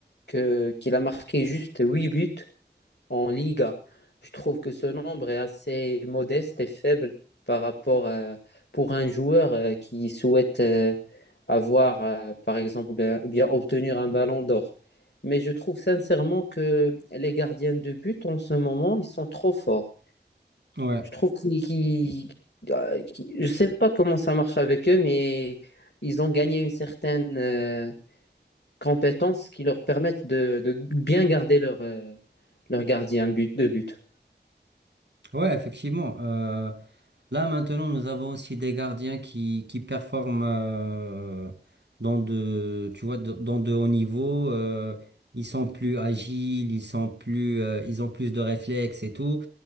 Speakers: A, on the left (about 70°); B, on the right (about 75°).
A: que, qu'il a marqué juste 8 buts en Liga. Je trouve que ce nombre est assez modeste et faible par rapport euh, pour un joueur euh, qui souhaite euh, avoir, euh, par exemple, ou bien, ou bien obtenir un ballon d'or. Mais je trouve sincèrement que les gardiens de but en ce moment, ils sont trop forts.
B: Ouais.
A: Je trouve qu'ils, qu'ils- euh, qu'ils- je sais pas comment ça marche avec eux, mais ils ont gagné une certaine euh, compétence qui leur permettent de, de bien garder leur, euh, leur gardien but, de but.
B: Ouais, effectivement. Euh, là, maintenant, nous avons aussi des gardiens qui, qui performent euh, dans de, tu vois, de- dans de hauts niveaux. euh, ils sont plus agiles, ils sont plus, euh, ils ont plus de réflexes et tout.